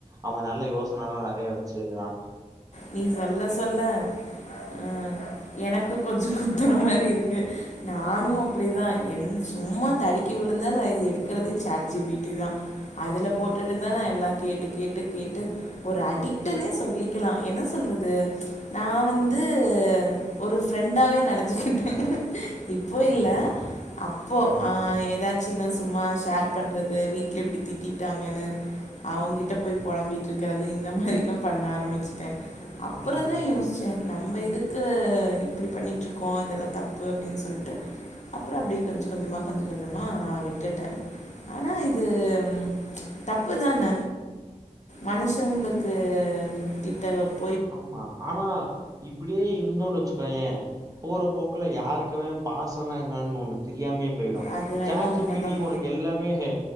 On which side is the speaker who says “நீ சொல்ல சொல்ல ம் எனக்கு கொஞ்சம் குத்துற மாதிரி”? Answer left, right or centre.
Left